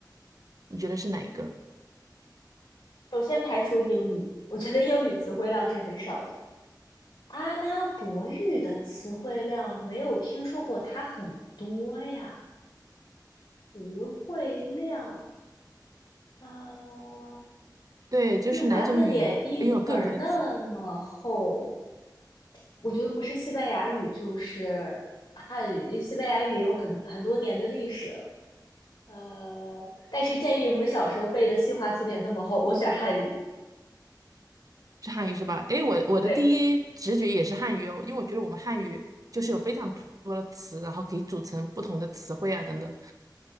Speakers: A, on the right (about 50°); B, on the left (about 75°).
A: 你觉得是哪一个？
B: 首先排除英语，我觉得英语词汇量是很少的。阿拉伯语的词汇量没有听说过它很多呀，词汇量啊，
A: 对，就是哪种语言拥有更多的词汇？
B: 新华字典一本儿那么厚，我觉得不是西班牙语就是汉语，西班牙语有很很多年的历史了，呃，但是建议我们小时候背的新华词典那么厚，我选汉语，
A: 是汉语是吧？诶，我我的第一直觉也是汉语哦，
B: 对
A: 因为我觉得我们汉语就是有非常多的词，然后可以组成不同的词汇啊等等。